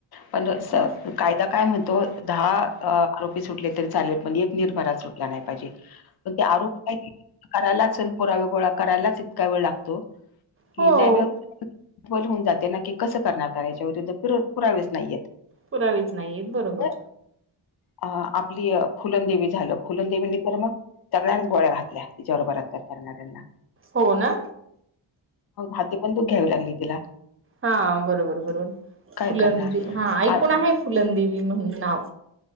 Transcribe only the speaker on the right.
मग
हो
पुरावेच नाहीयेत बरोबर.
हो ना.
हा बरोबर बरोबर
फुलंदे
हा ऐकून
आहे फुलंदेवी म्हणून नाव.